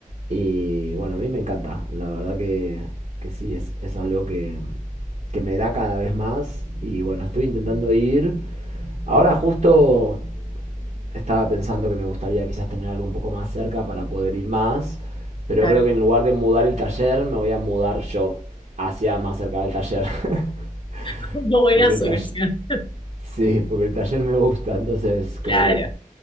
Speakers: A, on the right; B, on the left.
A: Y bueno, a mí me encanta, la verdad que, que sí, es, es algo que, que me da cada vez más. Y bueno, estoy intentando ir. Ahora justo estaba pensando que me gustaría quizás tener algo un poco más cerca para poder ir más, pero
B: claro.
A: creo que en lugar de mudar el taller, me voy a mudar yo hacia más cerca del taller. <laughs>
B: <laughs> No buena
A: Porque
B: solución,
A: el taller... Sí, porque el taller me gusta, entonces creo
B: claro.
A: que...